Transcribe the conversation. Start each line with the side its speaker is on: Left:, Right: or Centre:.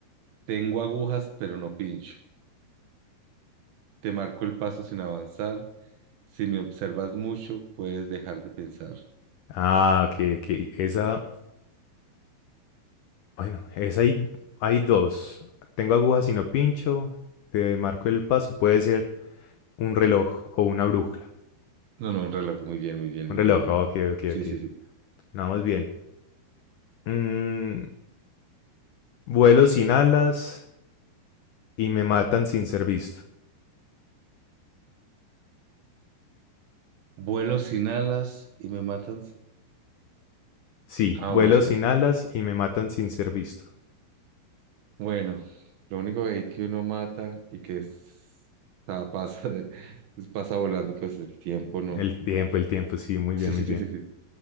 Right: Tengo agujas, pero no pincho. Te marco el paso sin avanzar. Si me observas mucho, puedes dejar de pensar.
Left: Ah, ok, ok. Esa Bueno, es hay, hay dos. Tengo agujas y no pincho. Te marco el paso. Puede ser un reloj o una brújula.
Right: No, no, un reloj. Muy bien, muy bien, muy
Left: Un reloj,
Right: bien, muy
Left: ah,
Right: bien.
Left: ok, ok,
Right: Sí,
Left: ok.
Right: sí, sí.
Left: Nada más bien. Mm, vuelo sin alas y me matan sin ser visto.
Right: Vuelo sin alas y me matan. si-
Left: Sí,
Right: Ah,
Left: vuelo
Right: bueno,
Left: sin alas y me matan sin ser visto.
Right: bueno. Lo único que que uno mata y que es, ah, pasa, <laughs> es pasa volando, pues el tiempo no.
Left: El tiempo, el tiempo, sí, muy
Right: Sí,
Left: bien,
Right: sí,
Left: muy bien.
Right: sí, sí, sí.